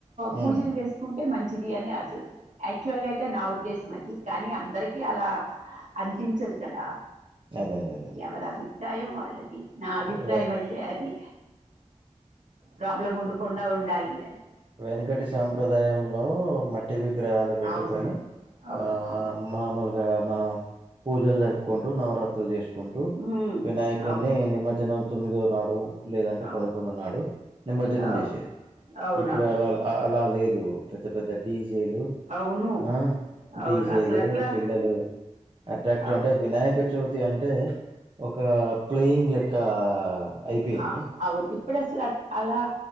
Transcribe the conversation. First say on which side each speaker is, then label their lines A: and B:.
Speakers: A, on the right; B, on the right.
A: పూజలు
B: ఉమ్
A: చేసుకుంటే మంచిది అని ఆశిస్ యాక్చువల్ గా అయితే నా ఉద్దేశం అది కానీ అందరికిీ అలా అందించదు కదా
B: అదే అదే అదే
A: ఎవరి అభిప్రాయం వాళ్ళది నా అభిప్రాయం
B: వె
A: అయితే అయితే అది ప్రాబ్లం ఉండకుండా ఉండాలి అని
B: వెనుకటి సాంప్రదాయంలో మట్టి విగ్రహాలు పెట్టుకొని
A: అవును. అవును.
B: ఆ
A: అవును.
B: మామూలుగా మనం పూజలు జరుపుకుంటూ నవరాత్రులు చేసుకు కుంటూ
A: ఉమ్,
B: వినాయకుని
A: అవును
B: నిమజ్జనం తొమ్మిదో నాడు లేదంటే
A: అవును
B: పదకొండో నాడు నిమజ్జనం
A: అవును
B: చేసేది
A: అవునవును
B: ఇప్పుడు అలా
A: అవును
B: అలా లేదు పెద్ద పెద్ద డీజేలు
A: అవును
B: ఆ
A: అవును
B: డీజేలు
A: అసలు అట్లా
B: పిల్లలు అట్రాక్టి
A: అవ్-
B: అంటే వినాయక చవితి అంటే ఒక ప్లేయింగ్ లెక్క అయిపోయింది
A: ఆ అవును ఇప్పుడు అసలు అలా